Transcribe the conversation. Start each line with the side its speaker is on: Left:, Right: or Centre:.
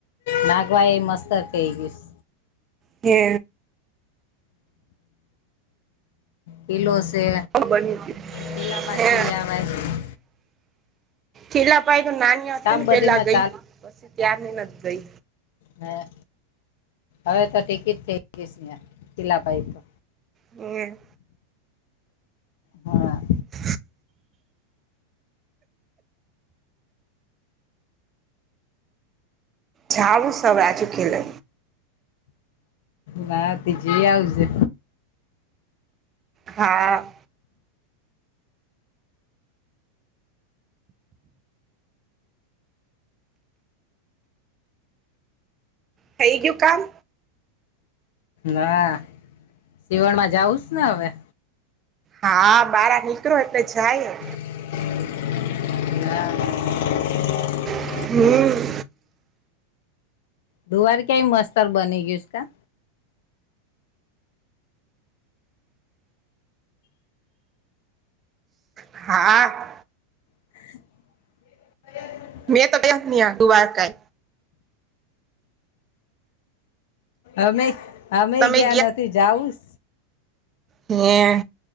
Left: નાગવા એ મસ્ત થઈ ગઈશ.
Right: કે
Left: કીલો શે
Right: બની ગયું
Left: કીલામાં
Right: હે
Left: જી આવાય.
Right: છેેલા પાય તો નાની હ હતી
Left: કામ
Right: ને
Left: બધીમાં
Right: પેલા ગઈ પછી ત્યારની નથ ગઈ.
Left: હા હવે તો ટિકિટ થઈ ગઈ સ નયા તીલાપાઈ તો.
Right: હમ્મ.
Left: હા
Right: અ જાવુંસ હવે આજુ ખેડે.
Left: ના ટી જી આવજે.
Right: હા. થઈ ગયું કામ?
Left: ના સીવણમાં જાઉંસ ને હવે.
Right: હા બારા નીકરો એટલે જાય.
Left: <inaudible>
Right: હમ્મ.
Left: ધવાર ક્યાય મસ્તર બને ગ્યૂસ કા?
Right: હા.
Left: <inaudible>
Right: મેં તો બેઠતી હા દુબારકા.
Left: અમે અમે
Right: તમે
Left: ગયાં નથી જાઉસ?
Right: યા.